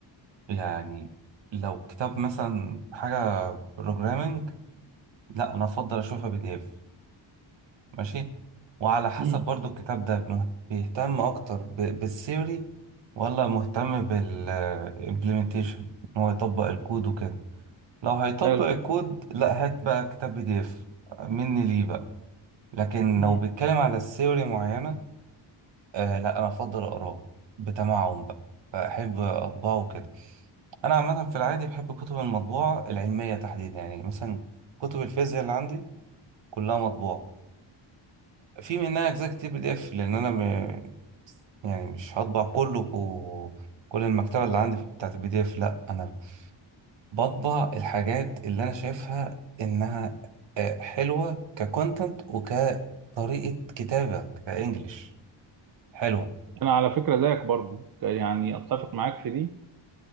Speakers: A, on the right; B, on the right.
A: يعني لو كتاب مثلا حاجة بروجرامنج لا انا افضل اشوفها بي دي اف ماشي وعلى حسب
B: مم.
A: برضو الكتاب ده مه- بيهتم اكتر ب- بالثيوري ولا مهتم بالامبلمنتيشن ان هو يطبق الكود وكده لو هيطبق
B: حلو
A: الكود لا هات بقى كتاب بي دي اف مني ليه بقى لكن
B: مم.
A: لو بيتكلم على الثيوري معينة آه لا انا افضل اقراه بتمعن بقى فاحب اطبعه كده انا عامة في العادي بحب كتب المطبوعة العلمية تحديدا يعني مثلا كتب الفيزياء اللي عندي كلها مطبوعة في منها اجزاء كتير بي دي اف لان انا م... يعني مش هطبع كله كو... كل المكتبه اللي عندي بتاعت البي دي اف لا انا بطبع الحاجات اللي انا شايفها انها آه، حلوه ككونتنت وكطريقه كتابه كانجليش حلوه
B: انا على فكره زيك برضو ك- يعني اتفق معاك في دي